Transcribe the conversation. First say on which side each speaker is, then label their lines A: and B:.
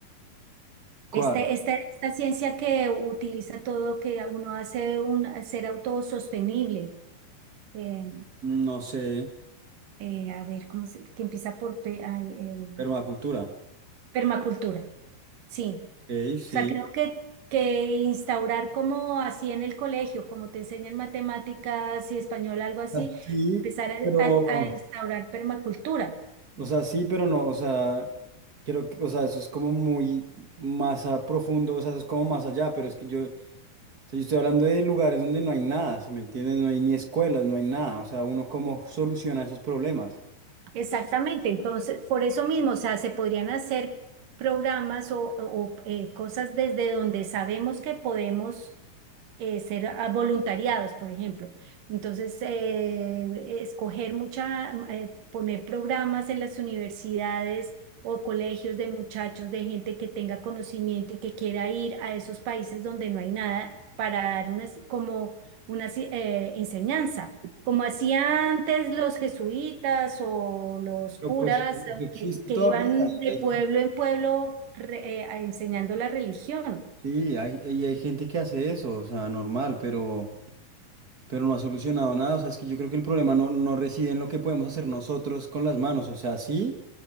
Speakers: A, on the right; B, on the right.
A: ¿Cuál?
B: Este, esta, esta ciencia que utiliza todo, que uno hace un ser autosostenible, eh,
A: No sé,
B: eh, a ver, ¿cómo se- que empieza por pe- ay, eh,
A: permacultura.
B: permacultura. Sí,
A: Ok, sí.
B: o sea, creo que, que instaurar como así en el colegio, como te enseñan matemáticas y español, algo así,
A: O sea, Sí,
B: empezar
A: pero,
B: a, a- a instaurar permacultura.
A: o sea, sí, pero no, o sea, creo que, o sea, eso es como muy más a profundo, o sea, eso es como más allá, pero es que yo, o sea, yo estoy hablando de lugares donde no hay nada, si me entiendes? No hay ni escuelas, no hay nada, o sea, uno cómo soluciona esos problemas.
B: Exactamente, entonces, por eso mismo, o sea, se podrían hacer programas o, o- o, eh, cosas desde donde sabemos que podemos eh, ser ah, voluntariados, por ejemplo. Entonces, eh, escoger mucha, mm, eh, poner programas en las universidades o colegios de muchachos, de gente que tenga conocimiento y que quiera ir a esos países donde no hay nada para dar unas, como una si- eh, enseñanza, como hacían antes los jesuitas o los
A: Pero
B: curas
A: pues eso
B: eh,
A: existe
B: que, que
A: todavía.
B: iban de
A: hay-
B: pueblo en pueblo re- eh, enseñando la religión.
A: Sí, hay, y hay gente que hace eso, o sea, normal, pero... pero no ha solucionado nada. O sea, es que yo creo que el problema no, no reside en lo que podemos hacer nosotros con las manos. O sea, sí,